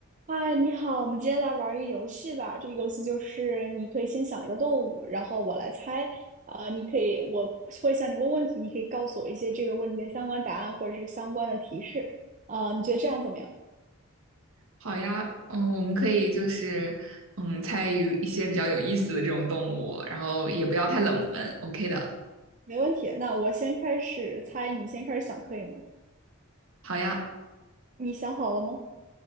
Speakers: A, on the right; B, on the right.
A: 嗨，你好，我们今天来玩一个游戏吧。这个游戏就是你可以先想一个动物，然后我来猜。啊，你可以，我会向你问问题，你可以告诉我一些这个问题的相关答案或者是相关的提示。啊，你觉得这样怎么样？
B: 好呀，嗯，我们可以就是嗯参与一些比较有意思的这种动物，然后也不要太冷门，OK 的。
A: 没问题。那我先开始猜，你先开始想，可以吗？
B: 好呀，
A: 你想好了吗？